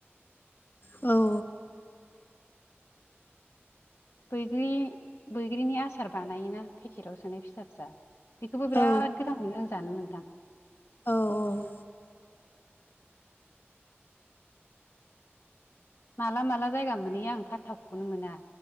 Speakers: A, on the left; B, on the left.
A: औ
B: बैग्रि बैग्रिनि आसार बानायोना पेकेटाव सोनाय फिसा फिसा बेखौबो बिराद
A: औ
B: गोथाव मोनो आं जानो नोंथां
A: औ औ
B: माला माला जायगा मोनहैयो आं फाथावखौनो मोना